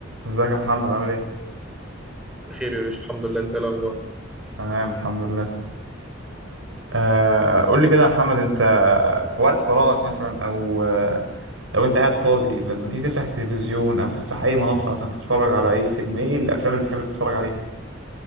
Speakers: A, on the right; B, in the centre.
A: ازيك يا محمد عامل ايه؟
B: بخير يا باشا الحمد لله انت إيه الاخبار
A: تمام الحمد لله آه قول لي كده يا محمد انت في وقت فراغك مثلا او آه، لو انت قاعد فاضي لما تيجي تفتح التلفزيون او تفتح اي منصة مثلا تتفرج على اي فيلم ايه الافلام اللي بتحب تتفرج عليها؟